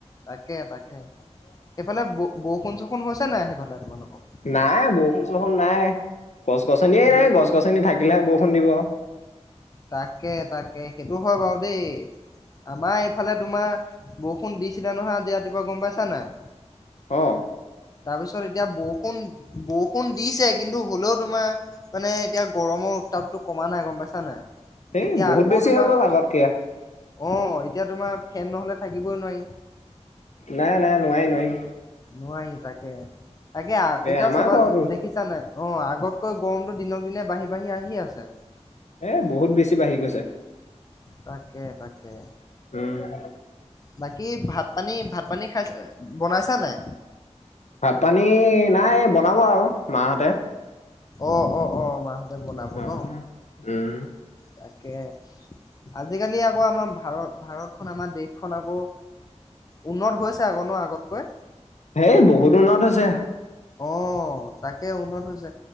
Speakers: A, on the left; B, on the left.
A: তাকে তাকে সেইফালে ব বৰষুণ চৰষুণ হৈছে নাই সেইফালে তোমালোকৰ।
B: নাই বৰষুণ চুষুন নাই। গছ গছনিয়ে
A: বৰষুণ
B: নাই গছ গছনি থাকিলেহে বৰষুণ দিব।
A: তাকে তাকে সেইটো হয় বাৰু দেই। আমাৰ এইফালে তোমাৰ বৰষুণ দিছিলে নহয় আজি ৰাতিপুৱা গম পাইছা নাই,
B: অ'
A: তাৰপিছত এতিয়া বৰষুণ বৰষুণ দিছে কিন্তু হলেও তোমাৰ, মানে এতিয়া গৰমৰ উত্তাপটো কমা নাই গম পাইছা নাই?
B: এই
A: এতিয়া
B: বহুত
A: আকৌ
B: বেছি
A: তোমাৰ
B: হৈ গ'ল আগতকে
A: অ এতিয়া তোমাৰ ফেন নহলে থাকিবই নোৱাৰি।
B: নাই নাই নোৱাৰি নোৱাৰি।
A: নোৱাৰি তাকে তাকে এতিয়া
B: আমাৰ
A: চাবা
B: ঘৰতো
A: দেখ, দেখিছা নাই অ আগতকৈ গৰমতটো দিনক দিনে বাঢ়ি বাঢ়ি আহি আছে।
B: এই বহুত বেছি বাঢ়ি গৈছে।
A: তাকে তাকে।
B: উম
A: বাকী ভাত পানী ভাত পানী খাইছ বনাইছা নাই?
B: ভাত পানী নাই বনাব আৰু মাহঁতে।
A: অ অ অ মাহঁতে বনাব
B: অ
A: ন
B: উম
A: তাকে। আজিকালি আকৌ আমাৰ ভাৰ ভাৰতখন আমাৰ দেশখন আকৌ, উন্নত হৈছে আক ন আগতকৈ।
B: হেই বহুত উন্নত হৈছে।
A: অ তাকে উন্নত হৈছে।